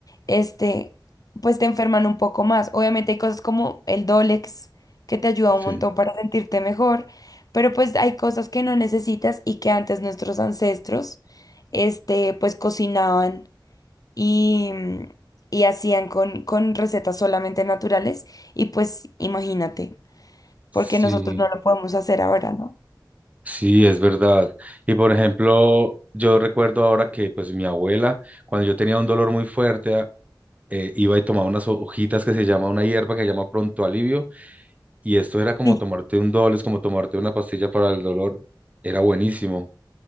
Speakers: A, on the left (about 50°); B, on the right (about 20°).
A: este, pues te enferman un poco más. Obviamente hay cosas como el Dolex que te ayuda
B: sí,
A: un montón para sentirte mejor, pero pues hay cosas que no necesitas y que antes nuestros ancestros, este, pues cocinaban y, y hacían con, con recetas solamente naturales y pues imagínate,
B: sí,
A: porque nosotros no lo podemos hacer ahora, ¿no?
B: sí, es verdad. Y por ejemplo, yo recuerdo ahora que pues mi abuela, cuando yo tenía un dolor muy fuerte, eh, iba y tomaba unas hojitas que se llama una hierba que se llama pronto alivio Y esto era como
A: Sí.
B: tomarte un Dol, es como tomarte una pastilla para el dolor. Era buenísimo.